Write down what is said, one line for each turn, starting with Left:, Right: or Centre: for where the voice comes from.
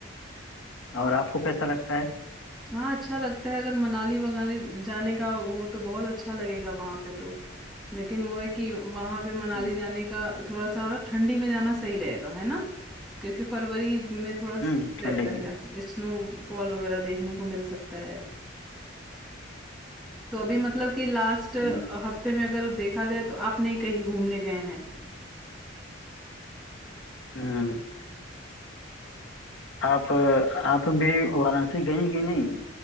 Left: और आपको कैसा लगता है
Centre: हाँ, अच्छा लगता है अगर मनाली वगाने जाने का हो तो बहुत अच्छा लगेगा वहाँ पे तो। लेकिन वो है कि वहाँ पे मनाली
Left: हम्म
Centre: जाने का थोड़ा-सा ठंडी में जाना सही रहेगा, है ना? क्योंकि फरवरी में थोड़ा स
Left: हम्म
Centre: ठीक
Left: ठंडे
Centre: रहता
Left: में
Centre: है, स्नोफॉल वगैरह देखने को मिल सकता है। तो अभी मतलब कि लास्ट
Left: हम्म,
Centre: हफ्ते में अगर देखा जाए तो आप नहीं कहीं घूमने गए हैं?
Left: हम्म, आप आप भी वाराणसी गई कि नहीं